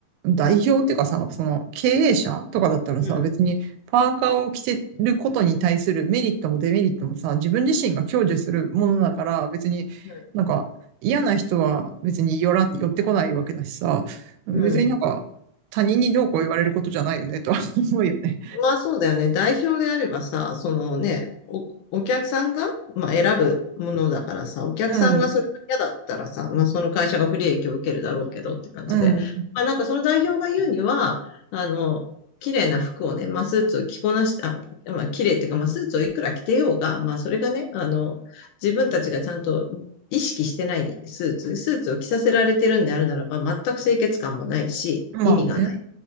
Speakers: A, on the right; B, on the left.
A: あ、代表っていうかさ、その経営者とかだったらさ、
B: うん。
A: 別にパーカーを着てることに対するメリットもデメリットもさ、自分自身が享受するものだから、別になんか嫌な人は別に寄ら、
B: うん。
A: 寄ってこないわけだしさ、別になんか他人にどうこう言われることじゃないよねとは思うよね。
B: うんまあそうだよね。代表であればさ、そのね、お、お客さんが、まあ、選ぶものだからさ、お客さんがそれが嫌だったらさ、
A: うん、
B: まあその会社が不利益を受けるだろうけどって感じで。
A: うん、うん。
B: まあなんかその代表が言うには、あの、綺麗な服をね、まあスーツを着こなした、あまあ綺麗っていうか、まあスーツをいくら着てようが、まあそれがね、あの、自分たちがちゃんと意識してないスーツ、スーツを着させられてるんであるならば、全く清潔感もないし、
A: まあね、
B: 意味がない。